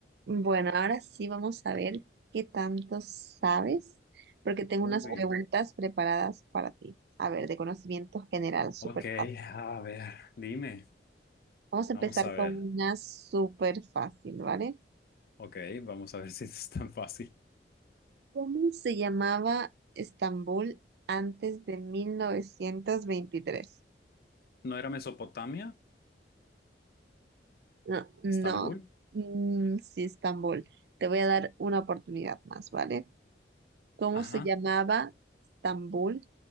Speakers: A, on the right (about 60°); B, on the left (about 55°).
A: Bueno, ahora sí vamos a ver qué tanto sabes, porque tengo
B: Uy.
A: unas preguntas preparadas para ti. A ver, de conocimiento general, súper
B: Ok,
A: fácil.
B: a ver, dime.
A: Vamos a
B: Vamos
A: empezar
B: a
A: con
B: ver.
A: una súper fácil, ¿vale?
B: Ok, vamos a ver <laughs> si es tan fácil.
A: ¿Cómo se llamaba Estambul antes de 1923?
B: ¿No era Mesopotamia?
A: No, no,
B: ¿Estambul?
A: mm, sí, Estambul. Te voy a dar una oportunidad más, ¿vale? cómo
B: Ajá.
A: se llamaba Estambul